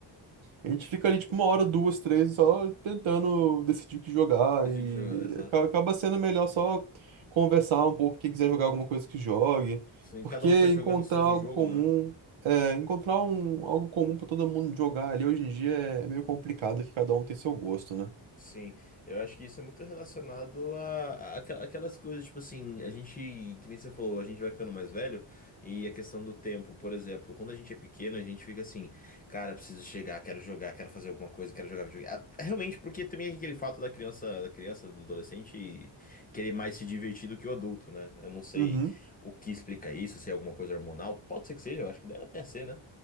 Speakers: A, on the right; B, on the left.
A: a gente fica ali, tipo, uma hora, duas, três, só tentando decidir o que jogar
B: Desde
A: e
B: que jogar, exato.
A: aca- acaba sendo melhor só conversar um pouco, quem quiser jogar alguma coisa que jogue,
B: Sim,
A: porque
B: cada um fica
A: encontrar
B: jogando o seu
A: algo
B: jogo,
A: comum,
B: né?
A: é, encontrar um, algo comum pra todo mundo jogar ali hoje em dia é meio complicado, que cada um tem seu gosto, né?
B: Sim, eu acho que isso é muito relacionado a, a aquela- aquelas coisas, tipo assim, a gente, que nem você falou, a gente vai ficando mais velho e a questão do tempo, por exemplo, quando a gente é pequeno, a gente fica assim, cara, preciso chegar, quero jogar, quero fazer alguma coisa, quero jogar videogame. Ah, Realmente, porque também é aquele fato da criança, da criança, do adolescente querer mais se divertir do que o adulto, né? Eu não sei
A: Uhum.
B: o que explica isso, se é alguma coisa hormonal, pode ser que seja, eu acho que deve até ser, né?